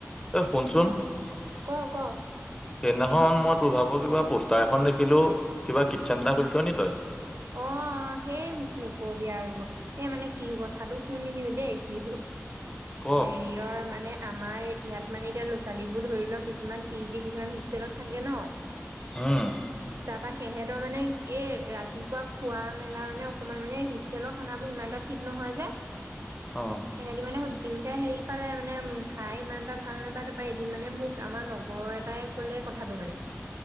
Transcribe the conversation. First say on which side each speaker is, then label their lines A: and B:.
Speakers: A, on the left; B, on the right.
A: ত শুনচোন
B: অ
A: সেইদিনাখন
B: ক ক
A: মত। তোৰ ভাগৰ কিবা। পোষ্টাৰ এখন দেখিলো? কিবা কিটচেন এটা খুলিছ নে তই।
B: অ সেই মোক নকবি আৰু এই মানে কি কথাটো শুনিবি দেই কি হল।
A: ক
B: হেৰিয়ৰ মানে? আমাৰ ইয়াত মানে এতিয়া ল'ৰা ছোৱালীবোৰ ধৰি লওক কিছুমান পি জি কিছুমান হোষ্টেলত থাকে ন।
A: উম
B: তাৰপা সিহঁতৰ মানে এই ৰাতিপুৱা খোৱা মেলা মানে অকমান মানে হোষ্টেলৰ খানাবোৰ ইমান এটা ঠিক নহয় যে।
A: অ
B: সিহঁতি মানে? তেনেকে হেৰি পালে মানে উম খাই ইমান? এটা ভাল নাপায় তাৰ এদিন। মানে মোক আমাৰ লগৰ এটাই কলে কথাটো মানে